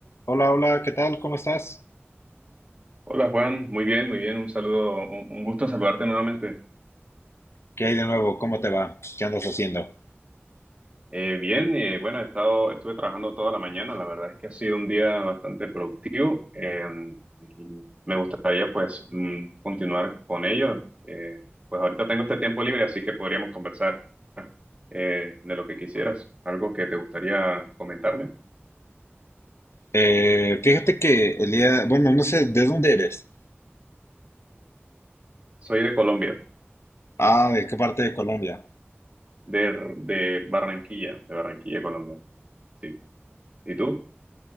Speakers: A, on the left; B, on the right.
A: Hola, hola, ¿qué tal? ¿Cómo estás?
B: Hola Juan, muy bien, muy bien, un saludo, un, un gusto saludarte nuevamente.
A: ¿Qué hay de nuevo? ¿Cómo te va? ¿Qué andas haciendo?
B: Eh, bien, eh, bueno, he estado, estuve trabajando toda la mañana, la verdad es que ha sido un día bastante productivo eh, y me gustaría pues mm, continuar con ello. Eh, pues ahorita tengo este tiempo libre, así que podríamos conversar eh, de lo que quisieras, algo que te gustaría comentarme.
A: Eh, fíjate que el día, bueno, no sé, ¿de dónde eres?
B: Soy de Colombia,
A: Ah, ¿de qué parte de Colombia?
B: de, de Barranquilla, de Barranquilla, Colombia. Sí. ¿Y tú?